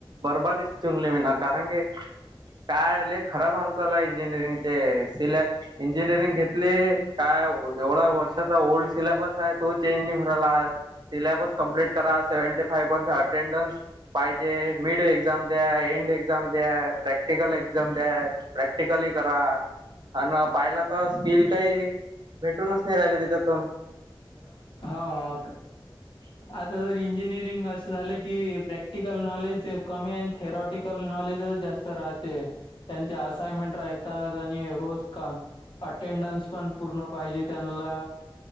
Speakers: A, on the right; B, on the left.
A: बर्बादीश चुनली विना कारण घे काय लई खराब हाल चालू आहे, इंजिनिअरिंगचे सिलॅ इंजिनिअरिंग घेतली काय हो, एवढा वर्षाचा ओल्ड सिलॅबस. काय, तो चेंज नाही होऊ राहिला, सिलॅबस कम्प्लीट करा सेवंटी फाइव पर्से अट अटेंडन्स पाहिजे, मिड एक्झाम द्या, एंड एक्झाम द्या, प्रॅक्टिकल एक्झाम द्या, प्रॅक्टिकल ही करा. अन अ पाहिलं तर स्किल काही भेटूनच नाही राहिले त्याच्यातून.
B: हा, का.
A: अच
B: आता तर इंजिनिअरिंग असं झालं की प्रॅक्टिकल नॉलेज कमी आणि थेरॉटिक कल नॉलेजच जास्त राहते, त्यांचे असाइमेंट राहीतात आणि रोज का अटेंडन्स पण पूर्ण पाहिजे त्यांनला.